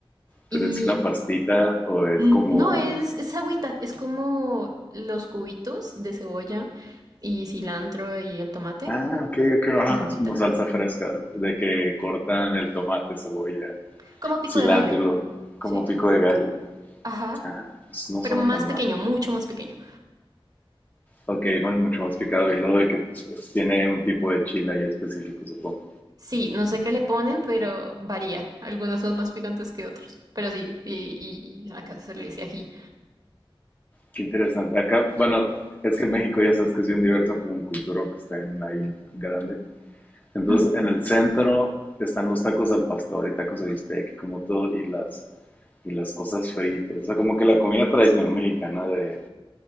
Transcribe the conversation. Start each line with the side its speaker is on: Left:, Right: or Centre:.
Right: Y
Left: Pero es una pastita o es
Right: Mm,
Left: como...
Right: No, es, es agüita, es como los cubitos de cebolla y cilantro y el tomate
Left: Ah, ok, ok, ah,
Right: en agüita.
Left: es como salsa fresca, de que cortan el tomate, cebolla,
Right: Como pico
Left: cilantro
Right: de gallo,
Left: y lo... como
Right: ¿sí?
Left: pico
Right: eh,
Left: de gallo.
Right: Ajá,
Left: Ah, pues no
Right: pero
Left: suena
Right: más
Left: tan
Right: pequeño,
Left: mal.
Right: mucho más pequeño.
Left: Ok, no es mucho más picado y luego de que tiene un tipo de chile ahí específico, supongo.
Right: Sí, no sé qué le ponen, pero varía. Algunos son más picantes que otros. Pero sí, y, y- y acá se le dice ají.
Left: Qué interesante. Acá, bueno, es que en México ya sabes que es bien diverso como un cultura que está en la isla grande. Entonces,
Right: Mm.
Left: en el centro están los tacos al pastor y tacos de bistec, como todo, y las, y las cosas fritas. O sea, como que la comida tradicional mexicana de